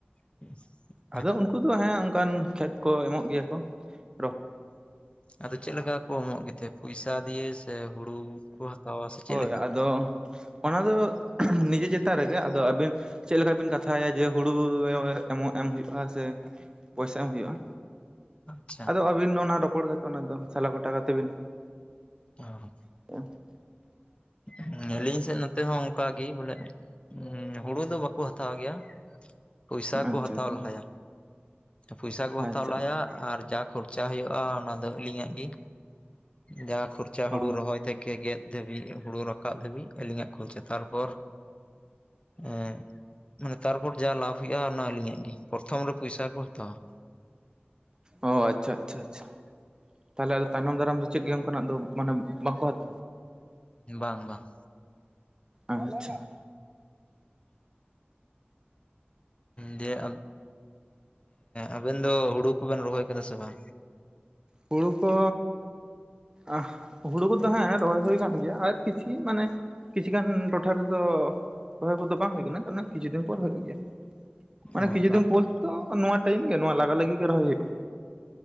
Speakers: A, on the left; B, on the right.
A: <inaudible>
B: ᱟᱫᱚ ᱩᱱᱠᱩ ᱫᱚ ᱦᱮᱸ ᱚᱱᱠᱟᱱ ᱠᱷᱮᱛ ᱠᱚ ᱮᱢᱚᱜ ᱜᱮᱭᱟ ᱠᱚ ᱾
A: ᱟᱫᱚ ᱪᱮᱫ ᱞᱮᱠᱟ ᱠᱚ ᱮᱢᱚᱜ ᱜᱮᱛᱮ, ᱯᱚᱭᱥᱟ ᱫᱤᱭᱮ ᱥᱮ ᱦᱩᱲᱩ? ᱠᱚ ᱦᱟᱛᱟᱣᱟ ᱥᱮ ᱪᱮᱫ
B: ᱦᱳᱭ,
A: ᱞᱮᱠᱟ?
B: ᱟᱫᱚ ᱚᱱᱟ ᱫᱚ ᱱᱤᱡᱮ ᱪᱮᱛᱟᱱ ᱨᱮᱜᱮ, ᱟᱫᱚ ᱟᱹᱵᱤᱱ ᱪᱮᱫ ᱞᱮᱠᱟ ᱵᱤᱱ ᱠᱟᱛᱷᱟᱭᱟ ᱡᱮ, ᱦᱩᱲᱩ ᱮ-ᱮᱢᱚᱜ ᱮᱢ ᱦᱩᱭᱩᱜᱼᱟ ᱥᱮ ᱯᱚᱭᱥᱟ ᱮᱢ ᱦᱳᱭᱳᱜᱼᱟ᱾
A: ᱟᱪᱪᱷᱟ
B: ᱟᱫᱚ ᱟᱵᱤᱱ ᱚᱱᱟ ᱨᱚᱯᱚᱲ ᱠᱟᱛᱮ ᱚᱱᱟ ᱫᱚ ᱥᱟᱞᱟ ᱜᱚᱴᱟ ᱠᱟᱛᱮ ᱵᱤᱱ
A: ᱚ
B: <inaudible>
A: <unintelligible> ᱥᱮ ᱱᱚᱛᱮ ᱦᱚᱸ ᱚᱱᱠᱟ ᱜᱮ ᱵᱚᱞᱮ᱾ ᱦᱳᱲᱳ ᱫᱚ ᱵᱟᱠᱚ ᱦᱟᱛᱟᱣ ᱜᱮᱭᱟ ᱾ ᱯᱚᱭᱥᱟ
B: ᱟᱪᱪᱷᱟ
A: ᱠᱚ ᱦᱟᱸᱛᱟᱣ
B: ᱟᱪᱪᱷᱟ
A: ᱞᱟᱦᱟᱭᱟ, ᱯᱚᱭᱥᱟ ᱠᱚ
B: ᱟᱪᱪᱷᱟ
A: ᱦᱟᱸᱛᱟᱣ ᱞᱟᱦᱟᱭᱟ ᱾ ᱟᱨ ᱡᱟ ᱠᱷᱚᱨᱪᱟ ᱦᱳᱭᱳᱜᱼᱟ, ᱚᱱᱟ ᱫᱚ ᱟᱹᱞᱤᱧᱟᱜ ᱜᱮ, ᱡᱟ ᱠᱷᱚᱨᱪᱟ
B: ᱚ
A: ᱦᱩᱲᱩ ᱨᱚᱦᱚᱭ ᱛᱮ ᱜᱮ ᱜᱮᱫ ᱫᱷᱟᱹᱵᱤᱡᱽ ᱦᱳᱲᱳ ᱨᱟᱠᱟᱵ ᱫᱷᱟᱹᱵᱤᱡ, ᱟᱹᱞᱤᱧᱟᱜ ᱠᱷᱚᱨᱪᱟ᱾ ᱛᱟᱨᱯᱚᱨ ᱮ ᱢᱟᱱᱮ ᱛᱟᱨᱯᱚᱨ ᱡᱟ ᱞᱟᱵᱷ ᱦᱳᱭᱳᱜᱼᱟ, ᱚᱱᱟ ᱟᱹᱞᱤᱧᱟᱜ ᱜᱮ ᱯᱚᱨᱚᱛᱷᱚᱢ ᱨᱮ ᱯᱚᱭᱥᱟ ᱠᱚ ᱦᱟᱛᱟᱣᱟ ᱾
B: ᱚ ᱟᱪᱪᱷᱟ, ᱟᱪᱪᱷᱟ, ᱟᱪᱪᱷᱟ ᱛᱟᱦᱚᱞᱮ ᱟᱫᱚ ᱛᱟᱭᱱᱚᱢ ᱫᱟᱨᱟᱢ ᱫᱚ ᱪᱮᱫ ᱜᱮ ᱚᱱᱠᱟᱱᱟᱜ ᱫᱚ ᱢᱟᱱᱮ ᱵᱟᱝ ᱠᱚ <inaudible>
A: ᱵᱟᱝ, ᱵᱟᱝ ᱾
B: ᱟᱪᱪᱷᱟ ᱾
A: ᱫᱤᱭᱮ ᱦᱮᱸ ᱟᱵᱮᱱ ᱫᱚ ᱦᱩᱲᱩ ᱠᱩᱵᱮᱱ ᱨᱚᱦᱚᱭ ᱠᱟᱫᱟ ᱥᱮ ᱵᱟᱝ?
B: ᱦᱩᱲᱩ ᱠᱚ ᱟᱦᱚ ᱦᱩᱲᱩ ᱠᱚᱫᱚ ᱦᱮᱸ ᱨᱚᱦᱚᱭ ᱦᱩᱭ ᱠᱟᱱ ᱜᱮᱭᱟ, ᱟᱨ ᱠᱤᱪᱷᱩ ᱢᱟᱱᱮ ᱠᱤᱪᱷᱩ ᱜᱟᱱ ᱴᱚᱴᱷᱟ ᱨᱮᱫᱚ ᱨᱚᱦᱚᱭ ᱠᱚᱫᱚ ᱵᱟᱝ ᱦᱩᱭ ᱠᱟᱱᱟ, ᱚᱱᱮ ᱠᱤᱪᱷᱩ ᱫᱤᱱ ᱯᱚᱨ ᱦᱩᱭᱩᱜ ᱜᱮᱭᱟ ᱾ ᱢᱟᱱᱮ
A: ᱚ
B: ᱠᱤᱪᱷᱩ
A: ᱵᱟᱝ
B: ᱫᱤᱱ ᱯᱚᱨ ᱛᱚ, ᱱᱚᱣᱟ ᱴᱟᱭᱤᱢ ᱜᱮ ᱱᱚᱣᱟ ᱞᱟᱜᱟ ᱞᱟᱹᱜᱤᱫ ᱜᱮ ᱨᱚᱦᱚᱭ ᱦᱩᱭᱩᱜᱼᱟ ᱾